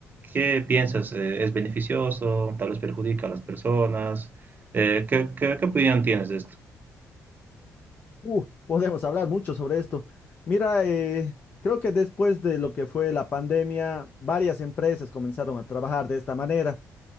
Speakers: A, on the right (about 35°); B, on the left (about 35°).
A: ¿qué piensas? Eh, ¿es beneficioso? ¿Tal vez perjudica a las personas? Eh, ¿qué, qué- qué opinión tienes de esto?
B: Uh, podemos hablar mucho sobre esto. Mira, eh, creo que después de lo que fue la pandemia, varias empresas comenzaron a trabajar de esta manera.